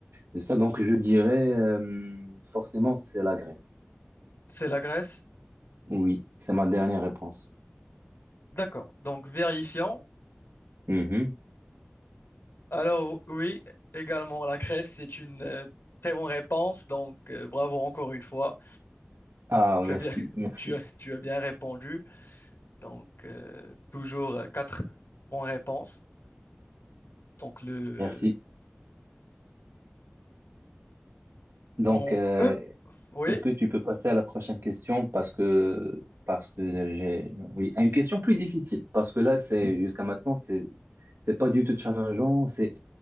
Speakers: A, on the right; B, on the left.
A: de ça. Donc, je dirais euh, forcément, c'est la Grèce.
B: C'est la Grèce.
A: Oui, c'est ma dernière réponse.
B: D'accord. Donc, vérifions.
A: Mhm.
B: Alors, oui, également, la Grèce, c'est une euh, très bonne réponse. Donc, euh, bravo encore une fois.
A: Ah,
B: Tu
A: merci,
B: as bien, <laughs>
A: merci,
B: tu as, tu as bien répondu. Donc, euh, toujours euh, quatre bonnes réponses. Donc, le,
A: merci. Donc,
B: on,
A: euh,
B: <coughs> euh, oui,
A: est-ce que tu peux passer à la prochaine question parce que parce que j'ai oui à une question plus difficile parce que là c'est jusqu'à maintenant c'est c'est pas du tout challengeant c'est